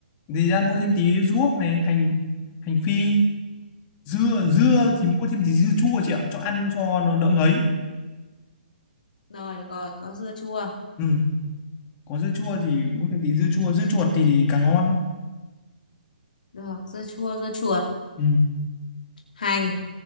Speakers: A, on the left; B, on the left.
A: thì ra mua thêm tí ruốc này hành hành phi dưa dưa
B: ừ.
A: thì mua thêm tí dưa chua chị ạ cho ăn cho nó đỡ ngấy
B: rồi được rồi có dưa chua
A: ừ. có dưa chua thì mua thêm tí dưa chua dưa chuột thì càng ngon
B: được dưa chua dưa chuột
A: ừ.
B: hành